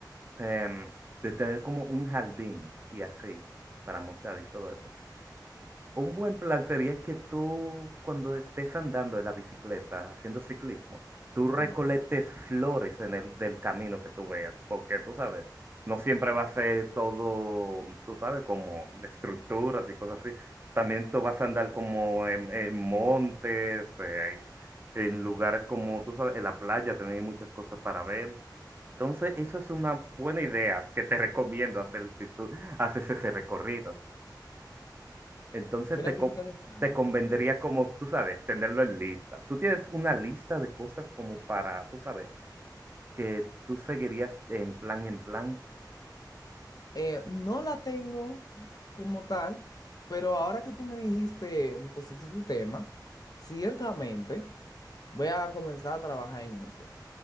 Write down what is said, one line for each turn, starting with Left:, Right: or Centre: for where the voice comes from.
Right: em, de tener como un jardín y así para mostrar y todo eso. Un buen plan sería que tú, cuando estés andando en la bicicleta, haciendo ciclismo, tú recolectes
Left: Ajá.
Right: flores en el del camino que tú veas, porque tú sabes, no siempre va a ser todo, tú sabes, como estructuras y cosas así. También tú vas a andar como en, en montes, eh, en lugares como, tú sabes, en la playa también hay muchas cosas para ver. Entonces, eso es una buena idea que te <laughs> recomiendo hacer si tú haces ese recorrido. Entonces
Left: Mira
Right: te,
Left: qué
Right: co-
Left: interesante.
Right: te convendría como, tú sabes, tenerlo en lista. Tú tienes una lista de cosas como para, tú sabes, que tú seguirías en plan, en plan.
Left: Eh, no la tengo como tal, pero ahora que tú me dijiste, me pusiste ese tema, ciertamente voy a comenzar a trabajar en eso.